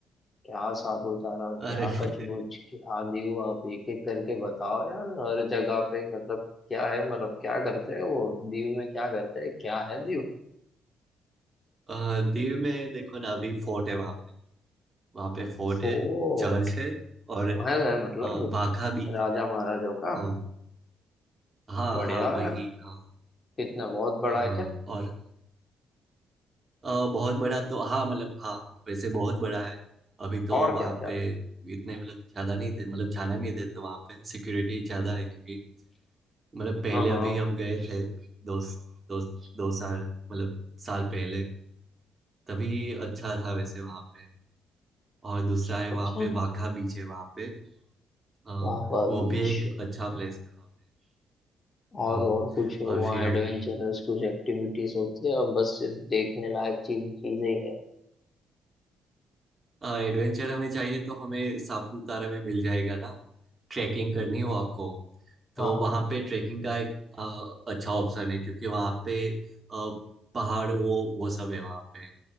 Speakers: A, on the left (about 30°); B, on the right (about 25°).
A: क्या सापुतारा
B: अरे
A: क्या
B: <laughs>
A: कचबुच क्या दीव आप एक एक करके बताओ यार हर जगह पे मतलब क्या है मतलब क्या करते हैं वो दीव में क्या करते हैं क्या है दीव
B: अ, दीव में देखो ना अभी फोर्ट है वहाँ पे वहाँ पे फोर्ट
A: फोर्ट
B: है चर्च है और
A: महल है मतलब
B: हाँ वाघा बीच
A: राजा
B: है
A: महाराजाओं का
B: हाँ हाँ
A: बढ़िया
B: हाँ वही
A: है
B: हाँ
A: कितना बहुत बड़ा
B: हाँ
A: है क्या
B: और अ, बहुत बड़ा तो हाँ मतलब हाँ वैसे बहुत बड़ा है अभी तो
A: और क्या
B: वहाँ
A: क्या
B: पे इतने मतलब ज्यादा नहीं थे मतलब जाना नहीं देते वहाँ पे सिक्योरिटी ज्यादा है क्योंकि मतलब पहले
A: हाँ हाँ
B: अभी हम गए थे दो दो दो साल मतलब साल पहले तभी अच्छा था वैसे वहाँ पे और दूसरा है वहाँ
A: अच्छा
B: पे वाघा बीच है वहाँ पे अ,
A: वाह वाह
B: वो
A: बीच
B: भी एक अच्छा प्लेस है वहाँ पे
A: और
B: हाँ
A: और कुछ वहाँ
B: और फिर अभी
A: एडवेंचरस कुछ एक्टिविटीज होती है और बस सिर्फ देखने लायक चीज चीजें ही है
B: एडवेंचर हमें चाहिए तो हमें सापुतारा में मिल जाएगा ना ट्रैकिंग करनी हो आपको तो
A: हाँ हाँ
B: वहाँ पे ट्रैकिंग का एक अ, अच्छा ऑप्शन है क्योंकि वहाँ पे अ, पहाड़ वो वो सब है वहाँ पे